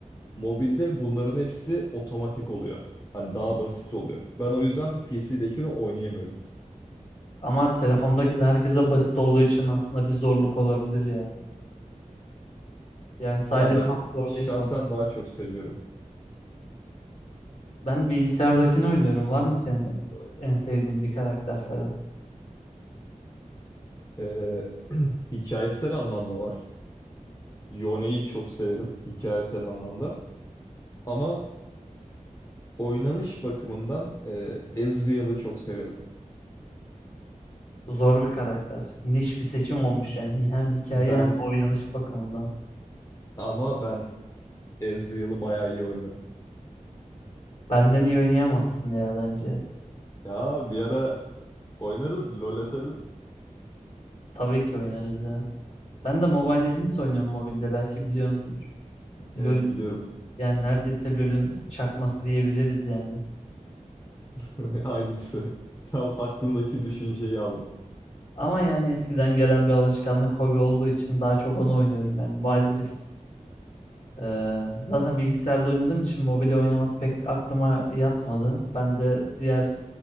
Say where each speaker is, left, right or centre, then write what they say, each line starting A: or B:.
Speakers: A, on the left; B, on the left.
A: Mobilde bunların hepsi otomatik oluyor. Hani daha basit oluyor. Ben o yüzden PC'dekini oynayamıyorum.
B: Ama telefondaki de herkese basit olduğu için aslında bir zorluk olabilir ya. Yani sadece
A: Yani ben
B: sana zor
A: şahsen
B: değil son.
A: daha çok seviyorum.
B: Ben bilgisayardakini oynuyorum. Var mı senin en sevdiğin bir karakter falan?
A: Ee, <clears throat> hikayesel anlamda var. Yone'yi çok severim hikayesel anlamda. Ama Oynanış bakımından e, Ezreal'ı çok severim.
B: Zor bir karakter. Niş bir seçim olmuş yani. Hem hikaye
A: Ben
B: hem oynanış bakımından.
A: ama ben Ezreal'ı bayağı iyi oynarım.
B: Benden iyi oynayamazsın ya bence.
A: Ya bir ara oynarız, LoL atarız.
B: Tabii ki oynarız ya. Ben de Mobile Legends oynuyorum mobilde. Belki biliyorsunuz.
A: Evet
B: LoL
A: biliyorum.
B: yani neredeyse LoL'ün çakması diyebiliriz yani.
A: <laughs> Aynısı. Tam aklımdaki düşünceyi aldım.
B: Ama yani eskiden gelen bir alışkanlık hobi olduğu için daha çok onu oynuyorum yani. Wild Rift. Ee, zaten bilgisayarda oynadığım için mobile oynamak pek aklıma yatmadı. Ben de diğer